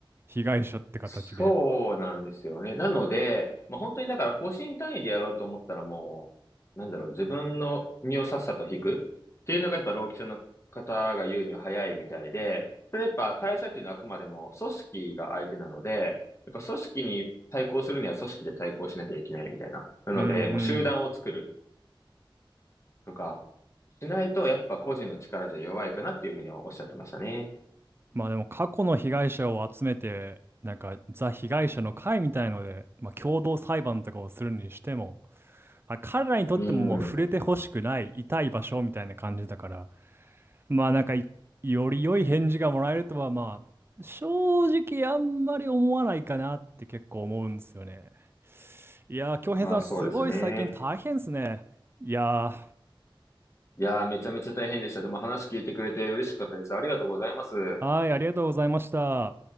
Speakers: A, on the right; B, on the left.
A: 被害者って形で。
B: そうなんですよね。なので、まあ本当にだから個人単位でやろうと思ったらもう、なんだろう、自分の身をさっさと引くっていうのがやっぱ労基署の方が言うには早いみたいで、それやっぱ会社っていうのはあくまでも組織が相手なので、やっぱ組織に対抗するには組織で対抗しなきゃいけないみたいな。なので、
A: うんう
B: もう集団を作る。
A: ん。
B: とか、しないとやっぱ個人の力じゃ弱いかなっていうふうにはおっしゃってましたね。
A: まあでも過去の被害者を集めて、なんかザ被害者の会みたいので、まあ、共同裁判とかをするにしても、まあ、彼らにとってももう触れてほしくない痛い場所みたいな感じだから、
B: うん。
A: まあなんかいより良い返事がもらえるとはまあ正直あんまり思わないかなって結構思うんですよね。いやー、京平さんすごい最近大変ですね。
B: まあそうですね。
A: いや
B: いやー、めちゃめちゃ大変でした。でも話聞いてくれて嬉しかったです。ありがとうございます。
A: ー、はい、ありがとうございました。